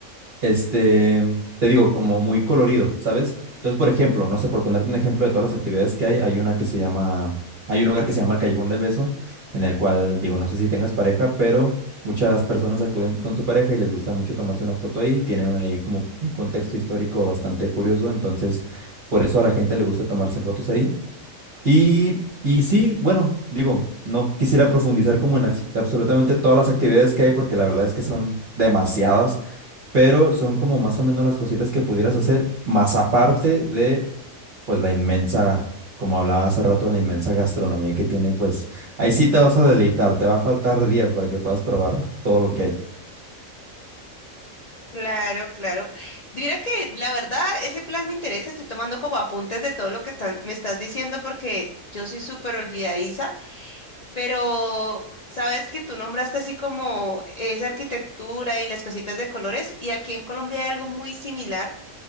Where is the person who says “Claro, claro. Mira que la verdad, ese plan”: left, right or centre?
Left